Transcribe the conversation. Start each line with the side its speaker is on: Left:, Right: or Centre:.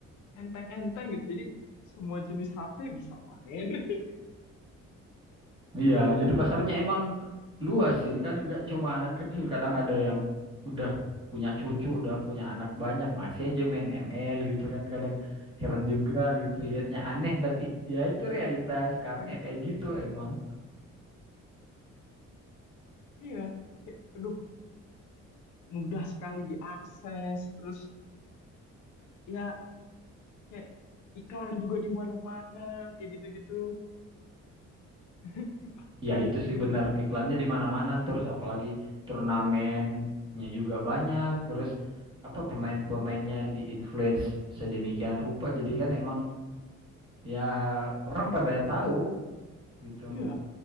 Left: enteng-enteng gitu jadi semua jenis HP bisa main <laughs>
Right: Iya, jadi pasarnya emang luas sih, kan nggak cuma anak kecil,
Left: Mm.
Right: kadang ada yang udah punya cucu, udah punya anak banyak, masih aja main ML gitu kan, kadang heran juga gitu, liatnya aneh, tapi ya itu realitas sekarang ya kayak gitu emang.
Left: Iya, kayak, aduh, mudah sekali diakses, terus ya kayak iklannya juga di mana-mana, kayak gitu-gitu. <laughs>
Right: Ya itu sih
Left: Iya,
Right: bener, iklannya di mana-mana, terus apalagi turnamennya juga banyak, terus apa pemain-pemainnya di-influence sedemikian rupa, jadi kan emang ya orang pada tahu gitu.
Left: Iya.